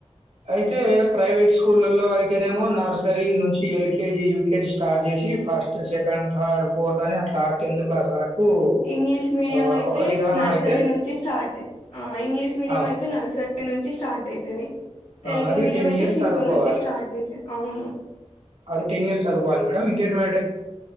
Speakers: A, on the right; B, on the left.
A: అయితే ప్రైవేట్ స్కూళ్ళలో అయితేనేమో నర్ సరి నుంచి ఎల్కేజీ యూకేజీ స్టార్ట్ చేసి ఫస్ట్ సెకండ్ థర్డ్ ఫోర్త్ అని అట్లా టెన్త్ క్లాస్ వరకు
B: ఇంగ్లీష్ మీడియం
A: అ
B: అయితే
A: ఒక విధానం
B: నర్సరీ
A: అయితే
B: నుంచి స్టార్ట్ ఆ ఇంగ్లీష్ మీడియం
A: అవును.
B: అయితే నర్సరీ నుంచి స్టార్ట్ అయితది తెలుగు
A: అవును. అది
B: మీడియం అయితే
A: ఇయర్స్
B: శిశు
A: చదువుకోవాలి.
B: నుంచి స్టార్ట్ అయితే అవును
A: అది టెన్ ఇయర్స్ చదుకోవాల మేడం ఇంటర్మీ